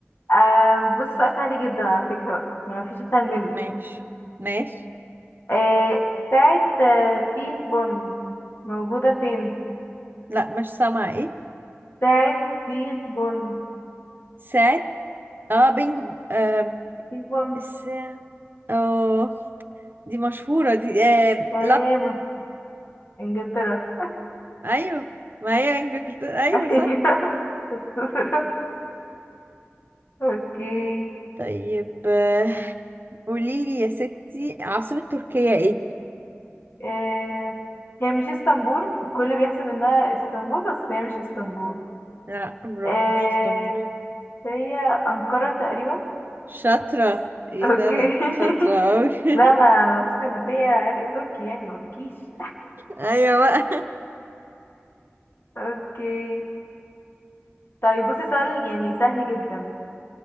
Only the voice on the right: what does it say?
ماشي ماشي
لا مش سامعة ايه
ساعة اه بينج آم،
الساعة اه دي مشهورة دي آه
ايوه ما هي انجلترا
ايوه
صح
طيب آه، قوليلي يا ستي عاصمة تركيا ايه
لا برافو
مش اسطنبول
شاطرة ايه
ده ده انت
شاطرة اوي <laughs>
ايوه بقى